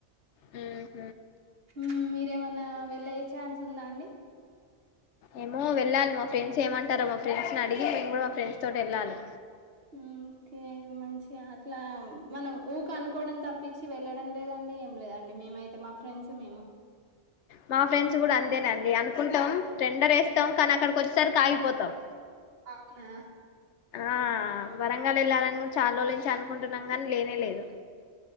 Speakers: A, on the left (about 80°); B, on the right (about 60°).
A: మ్
B: మ్ మీరేమన్నా వెళ్లే ఛాన్స్ ఉందా అండి
A: ఏమో వెళ్లాలి మా ఫ్రెండ్స్ ఏమంటారో మా ఫ్రెండ్స్ ని అడిగి మేము కూడా మా ఫ్రెండ్స్ తోటి వెళ్లాలి
B: మ్ ఓకే మంచిగా అట్లా మనం ఊక అనుకోవడం తప్పించి వెళ్ళడం లేదండి ఏం లేదండి మేమైతే మా ఫ్రెండ్స్ మేము
A: మా ఫ్రెండ్స్ కూడా అంతేనండి అను కుంటాం టెండర్ ఏస్తాం కానీ అక్కడికి వచ్చేసరి కి ఆగిపోతాం
B: అవునా
A: ఆ వరంగల్ వెళ్ళాలని కూడా చాలా రోజుల నుంచి అనుకుంటున్నాం కానీ లేనేలేదు